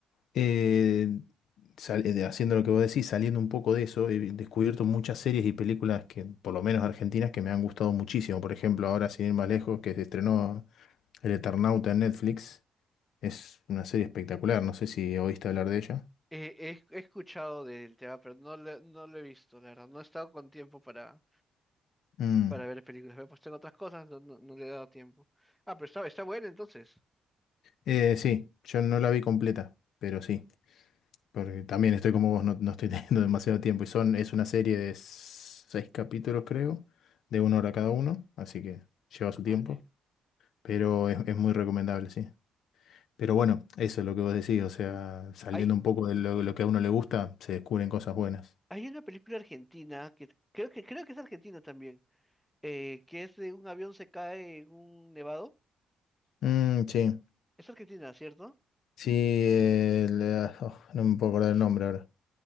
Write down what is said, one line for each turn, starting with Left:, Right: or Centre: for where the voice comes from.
Left: eh, sal- eh, haciendo lo que vos decís, saliendo un poco de eso, he descubierto muchas series y películas que, por lo menos argentinas, que me han gustado muchísimo. Por ejemplo, ahora sin ir más lejos, que se estrenó El Eternauta en Netflix. Es una serie espectacular, no sé si oíste hablar de ella.
Centre: Eh, he, he escuchado del tema, pero no lo, no lo he visto, la verdad. No he estado con tiempo para,
Left: Mm.
Centre: para ver películas. Me he puesto en otras cosas, no, no, no le he dado tiempo. Ah, pero está, está bueno entonces.
Left: Eh, sí, yo no la vi completa, pero sí, porque también estoy como vos, no, no estoy <laughs> teniendo demasiado tiempo. Y son, es una serie de seis capítulos, creo, de una hora cada uno, así que lleva
Centre: Ah,
Left: su
Centre: vale.
Left: tiempo, pero es es muy recomendable, sí. Pero bueno, eso es lo que vos decís, o sea, saliendo
Centre: Hay,
Left: un poco de lo, lo que a uno le gusta, se descubren cosas buenas.
Centre: hay una película argentina que creo que, creo que es argentina también, eh, que es de un avión se cae en un nevado.
Left: Mm, sí,
Centre: Es argentina, ¿cierto?
Left: sí, eh, la- oh, no me puedo acordar el nombre ahora.